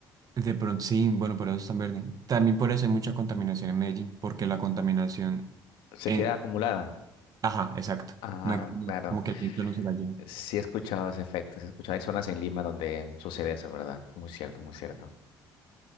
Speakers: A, on the right (about 45°); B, on the left (about 80°).
A: De pronto, sí, bueno, pero eso es tan verde. También por eso hay mucha contaminación en Medellín, porque la contaminación...
B: ¿Se
A: eh,
B: queda acumulada?
A: ajá, exacto.
B: Ah,
A: No hay-
B: claro.
A: como que el viento no se la lleva.
B: Sí he escuchado ese efecto, sí he escuchado. Hay zonas en Lima donde sucede eso, ¿verdad? Muy cierto, muy cierto.